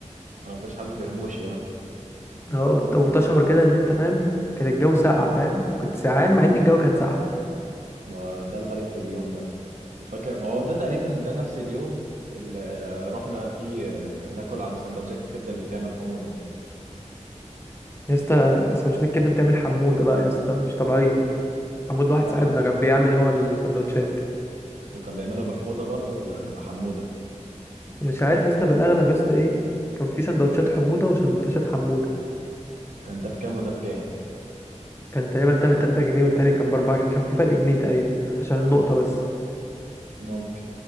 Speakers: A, on the right (about 80°); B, on the left (about 20°).
A: انا ما كنتش حاسس برموشي اه
B: اه ت- وتشعر كده ان انت فاهم كان الجو ساقع فاهم كنت سقعان مع ان الجو كان ساقع
A: ما ده الغريب في اليوم ده وفاكر ما هو ده تقريبا ده نفس اليوم اللي آه، رحنا فيه آه، ناكل عند سندوتشات الكبده اللي بتعمل حموضه
B: يا اسطى سندوتشات الكبده بتعمل حموده بقى يا اسطى مش طبيعيه حمود واحد
A: لا
B: صاحبنا كان بيعمل هو السندوتشات
A: وكان بيعملها بحموده برضه ولا بحموده
B: مش عارف يا اسطى في الاغلب يا اسطى ايه كان في سندوتشات حموده وسندوتشات حموده
A: كان ده بكام وده بكام
B: كان تقريبا ده بتلاتة جنيه والتاني كان بأربعة جنيه كان في فرق جنيه تقريبا عشان النقطة بس
A: ممكن